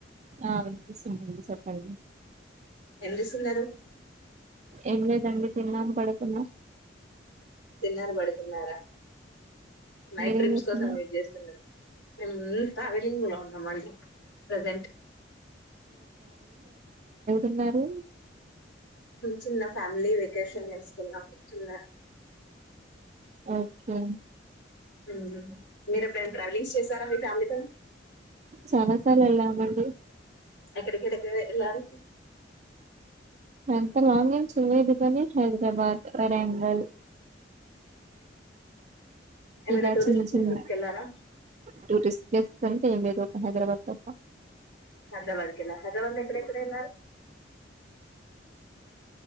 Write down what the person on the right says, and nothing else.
ఆ వినిపిస్తుంది అండి చెప్పండి
ఎం లేదండి తిన్నాం పడుకున్నా
మీరేం
చేస్తున్నారు
ఉన్నారు.
ఓకే
చాలా సార్లు వెళ్ళామండి
ఎంత లాంగ్ చేయలేదు కానీ హైదరాబాద్, వరంగల్.
ఇలా
చిన్న
చిన్న
టూరిస్ట్ ప్లేసెస్ అంటే ఏం లేదు ఒక హైదరాబాద్ తప్ప